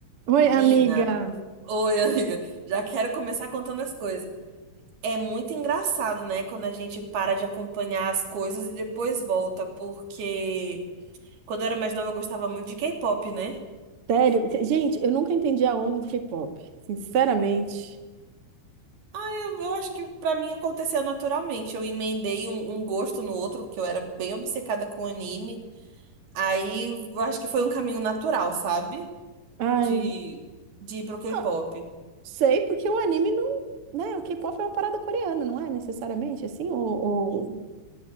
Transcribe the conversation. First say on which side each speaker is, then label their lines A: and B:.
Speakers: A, on the right; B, on the right.
A: Oi,
B: Menina,
A: amiga.
B: oi, amiga. Já quero começar contando as coisas. É muito engraçado, né, quando a gente para de acompanhar as coisas e depois volta, porque quando eu era mais nova eu gostava muito de K-pop, né?
A: Sério? Gente, eu nunca entendi a onda do K-pop. Sinceramente.
B: Eu, eu acho que pra mim aconteceu naturalmente. Eu emendei um, um gosto no outro, porque eu era bem obcecada com anime. Aí eu acho que foi um caminho natural, sabe?
A: Ai,
B: De, de ir pro K-pop.
A: não sei, porque o anime não, né? O K-pop é uma parada coreana, não é necessariamente assim? Ou, ou-